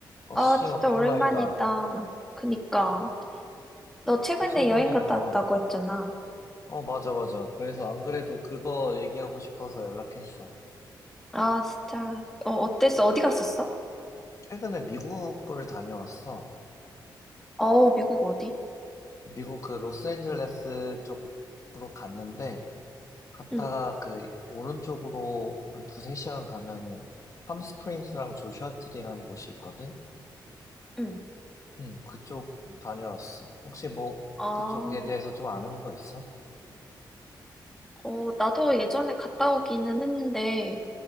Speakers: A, on the left (about 40°); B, in the centre.
A: 어,
B: 아,
A: 수진아,
B: 진짜
A: 오랜만이다.
B: 오랜만이다. 그니까.
A: 어,
B: 너 최근에
A: 나 최근에,
B: 여행 갔다 왔다고
A: 어,
B: 했잖아.
A: 어, 맞아, 맞아. 그래서 안 그래도 그거 얘기하고 싶어서 연락했어.
B: 아, 진짜. 어, 어땠어?
A: 어,
B: 어디 갔었어?
A: 최근에 미국을 다녀왔어.
B: 어, 미국 어디?
A: 미국 그 로스앤젤레스 쪽으로 갔는데, 갔다가
B: 응,
A: 그 오른쪽으로 한 두세 시간 가면은 팜스프링스랑 조슈아트리라는 곳이 있거든?
B: 응.
A: 응, 그쪽 다녀왔어. 혹시 뭐,
B: 아,
A: 그쪽에 대해서 좀 아는 거 있어?
B: 어, 나도 예전에 갔다 오기는 했는데,